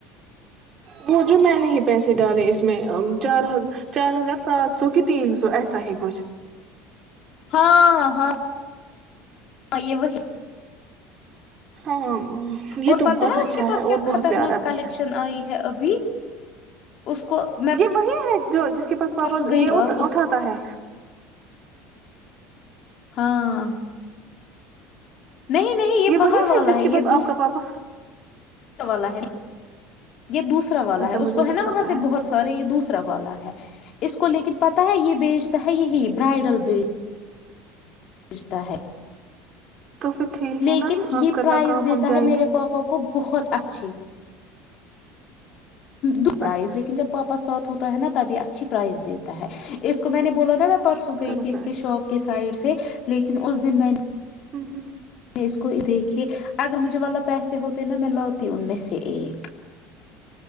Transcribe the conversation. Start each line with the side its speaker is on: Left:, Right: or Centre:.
Right: ب جو میں نے ہی پیسے ڈالے اس میں چار ہ چار ہزار سات سو کہ تین سو ایسا ہی کچھ
Left: ہاں ہاں ہ یہ وہ ہی
Right: ہاں یہ
Left: اور
Right: تو
Left: پتہ
Right: بہت اچھا
Left: اس کے پاس
Right: ہے
Left: کیا
Right: اور بہت
Left: خطرناک
Right: پیارا
Left: کلیکشن
Right: بھی ہے
Left: آئی ہے ابھی اس کو میں
Right: یہ وہی ہے جو ج <unintelligible> اس کے پاس پاپا
Left: پرسوں گئی
Right: یہ
Left: رات اس
Right: اٹھاتا ہے
Left: ہاں <unintelligible> نہیں نہیں یہ باہر
Right: وہی
Left: والا
Right: جس
Left: ہے
Right: کے
Left: یہ
Right: پاس
Left: دوسرا
Right: آپ کا
Left: <unintelligible>
Right: پاپا
Left: والالا ہے <unintelligible> یہ دوسرا والا
Right: اچھا
Left: ہے اس
Right: مجھے
Left: کو ہے
Right: مت
Left: نا
Right: پتا
Left: وہاں سے بہت سارے یہ دوسرا <unintelligible> والا ہے اس کو لیکن پتا ہے یہ بیجتا ہے یہی برائڈل بیج <unintelligible> رشتا ہے <unintelligible>
Right: تو پھر ٹھیک
Left: لیکن
Right: ہے نا آپ
Left: یہ
Right: کرنا
Left: پرائز
Right: کام
Left: دیتا
Right: ہم جائیں
Left: ہے میرے
Right: گے
Left: پاپا کو بہت <unintelligible> بہت اچھی <unintelligible> دو پرائز
Right: اچھا
Left: لیکن جب پاپا ساتھ ہوتے <unintelligible> ہے نا تبھی اچھی پرائز دیتا ہے اس کو میں نے بولا نا میں پر سو گئی
Right: چلو
Left: تھی اس
Right: پھر
Left: کے شاپ کے سائڈ سے <unintelligible> لیکن اس دن میں نے <unintelligible>
Right: ہوں ہوں
Left: اس کو دیکھے اگر مجھے والا پیسے ہوتے نا میں لاتی ان میں سے ایک <unintelligible>